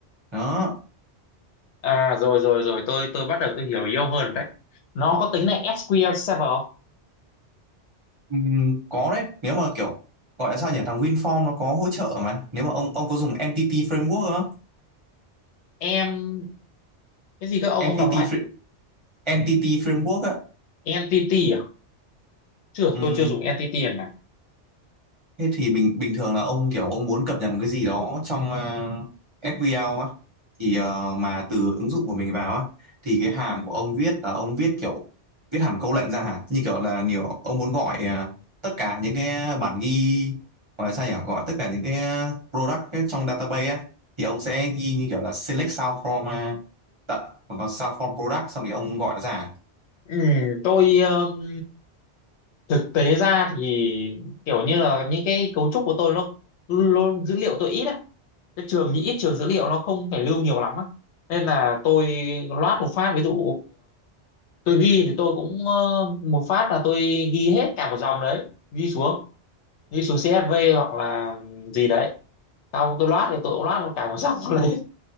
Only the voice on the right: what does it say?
Đó.
Ừm, có đấy, nếu mà kiểu gọi là sao nhỉ? Thằng WinForm nó có hỗ trợ mà. Nếu mà ông ông có dùng Entity Framework không?
Entity
Fra-
Entity Framework á.
Ừm,
Thế thì bình bình thường là ông kiểu ông muốn cập nhật một cái gì đó trong uh, SQL á thì ờ, mà từ ứng dụng của mình vào á thì cái hàm của ông viết là ông viết kiểu viết hẳn câu lệnh ra hả? Như kiểu là nhiều ông muốn gọi ờ, tất cả những cái bản ghi gọi là sao nhỉ? Gọi tất cả những cái product ấy trong database á thì ông sẽ ghi như kiểu là select sao from uh, vào sao from product xong thì ông gọi ra.